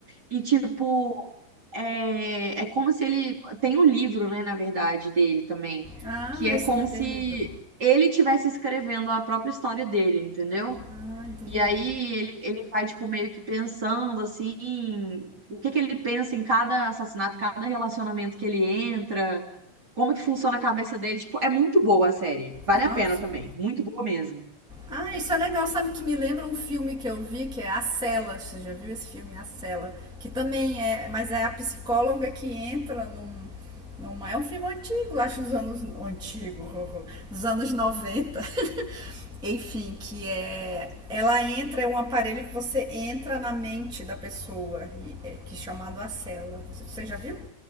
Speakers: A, on the right; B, in the centre.
A: E, tipo, é, é como se ele. Tem um livro, né, na verdade, dele também,
B: Ah,
A: que é
B: esse
A: como
B: também tem
A: se
B: livro.
A: ele estivesse escrevendo a própria história dele, entendeu?
B: Ah, entendi.
A: E aí ele, ele vai, tipo, meio que pensando, assim, o que que ele pensa em cada assassinato, cada relacionamento que ele entra, como que funciona a cabeça dele. Tipo, é muito boa a série. Vale
B: Nossa,
A: a pena também. Muito boa mesmo.
B: Ah, isso é legal, sabe que me lembra um filme que eu vi, que é A Cela. Você já viu esse filme, A Cela? Que também é, mas é a psicóloga que entra num, numa, é um filme antigo, acho dos anos antigo, <laughs> dos anos 90. <laughs> Enfim, que é ela entra é um aparelho que você entra na mente da pessoa, e é, que é chamado A Cela. Você já viu?